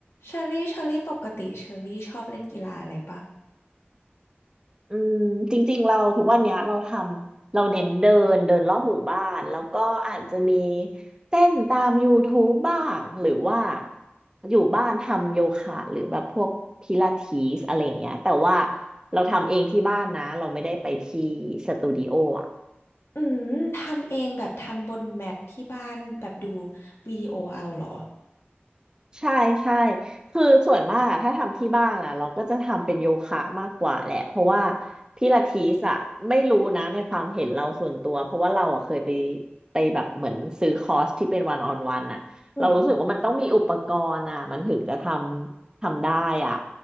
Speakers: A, on the left; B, on the right.
A: เชอรี่เชอรี่ปกติเชอรี่ชอบเล่นกีฬาอะไรปะ
B: อืมจริงๆเราทุกวันเนี้ยเราทำเราเน้นเดินเดินรอบหมู่บ้านแล้วก็อาจจะมีเต้นตามยูทูบบ้างหรือว่าอยู่บ้านทำโยคะหรือแบบพวกพิลาทิสอะไรเงี้ยแต่ว่าเราทำเองที่บ้านนะเราไม่ได้ไปที่สตูดิโออ่ะ
A: อืมทำเองแบบทำบนแมทที่บ้านแบบดูวิดีโอเอาเหรอ
B: ใช่ใช่คือส่วนมากอะถ้าทำที่บ้านอ่ะเราก็จะทำเป็นโยคะมากกว่าแหละเพราะว่าพิลาทิสอ่ะไม่รู้นะในความเห็นเราส่วนตัวเพราะว่าเราอะเคยไปไปแบบเหมือนซื้อคอร์สที่เป็นวันออนวันอ่ะเรารู้สึกว่ามันต้องมีอุปกรณ์อ่ะมันถึงจะทำทำได้อ่ะ
A: อืม